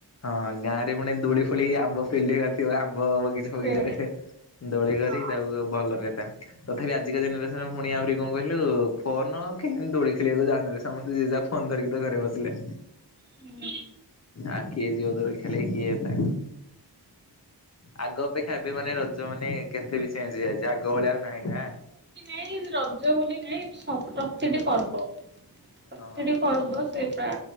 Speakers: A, on the left; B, on the right.
A: ହଁ ଗାଁ ରେ ପୁଣି ଦୋଳି ଫୋଳି ଆମ୍ବ ଫେ ଥିବ ଆମ୍ବ ବଗିଚା ଫଗିଚାରେ
B: ସେ
A: ଦୋଳି କରି
B: ହଁ
A: ତାକୁ ଭଲରେ ତା ତଥାପି ଆଜିକା ଜେନେରେସନରେ ପୁଣି ଆହୁରି କଣ କହିଲୁ ଫୋନ୍ କେହିବି ଦୋଳି ଖେଳିବାକୁ ଯାଉନାହାନ୍ତି। ସମସ୍ତେ ଜେଝା ଫୋନ୍ ଫୋନ୍ ଧରିକି ତ ଘରେ ବସିଲେ।
B: ହୁଁ
A: ଆ କିଏ ଯିବ ଦୋଳି ଖେଳି କିଏ ତା ଆଗ ଅପେକ୍ଷା ଏବେ ମାନେ ରଜ ମାନେ କେତେ ବି ଚେଞ୍ଜ ହେଇଯାଇଛି ଆଗ ଭଳିଆଉ ନାହିଁ ନା।
B: ଏଇ ରଜ ବୋଲି ନାଇଁ ସ ପ୍ରତିଟି ପର୍ବ ପ୍ରତିଟି
A: ହଁ
B: ପର୍ବ ସେ ପା